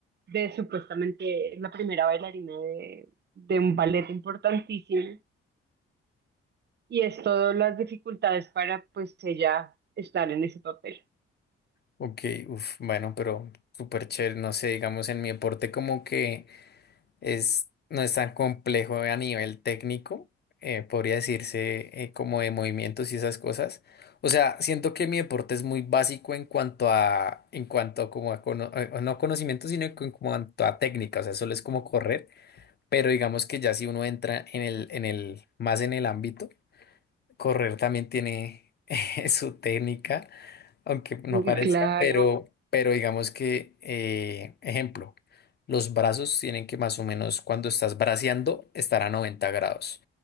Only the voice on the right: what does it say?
de supuestamente la primera bailarina de, de un ballet importantísimo y es todas las dificultades para pues ella estar en ese papel.
Muy
claro.